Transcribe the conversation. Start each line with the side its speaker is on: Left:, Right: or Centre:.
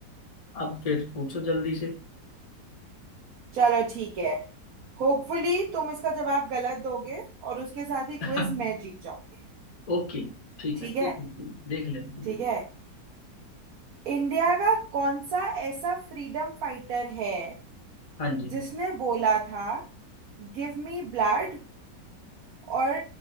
Left: अब फिर पूछो जल्दी से
Right: चलो ठीक है होपफुली तुम इसका जवाब गलत दोगे और उसके साथ ही
Left: <laughs>
Right: क्विज मैं जीत जाऊंगी
Left: ओके ठीक
Right: ठीक
Left: है
Right: है
Left: देख देख लेते
Right: ठीक
Left: हैं
Right: है इंडिया का कौन सा ऐसा फ्रीडम फाइटर है
Left: हाँ जी
Right: जिसने बोला था गिव मी ब्लड और